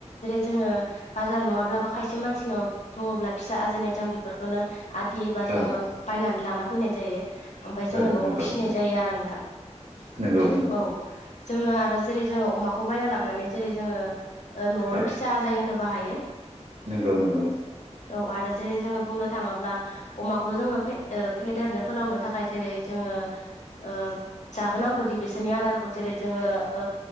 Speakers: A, on the left; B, on the right.
A: ज ज ब खायसे मानसिन दङब्ला फिसा आजायनाय जों बेफोरखौनो आदि एबा जोङो
B: औ
A: बायनानै लाना फैनाय जायो ओमफ्राय जोङो
B: औ
A: न'आव
B: नंगौ
A: फिसिनाय जायो आरो नोंथां
B: नंगौ नंगौ नंगौ
A: औ जोङो आरो जेरै जोङो अमाखौ बायना लाबोनानै जेरै जोङो न'वावनो
B: औ
A: फिसा आजाय होनो बाहायो
B: नंगौ नंगौ
A: औ आरो जेरै जोङो बुंनो थाङोब्ला अमाखौ जोङो फेदेरनो फोलावनो थाखाय जेरै जोङो ओ जाहोनांगौदि बेसोरनि आदारखौ जेरै जोङो ओ